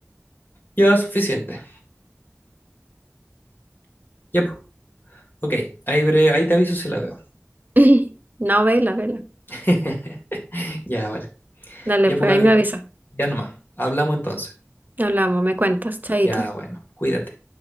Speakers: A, on the left; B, on the right.
A: Ya, suficiente. Ya, pues. Ok. Ahí, veré- ahí te aviso si la veo.
B: <clears throat> No, vela, vela.
A: <laughs> Ya, vale.
B: Dale,
A: Ya,
B: pues
A: pues, Gaby.
B: ahí me avisa.
A: Ya nomás. Hablamos entonces.
B: Hablamos, me cuentas, chaito.
A: Ya, bueno. Cuídate.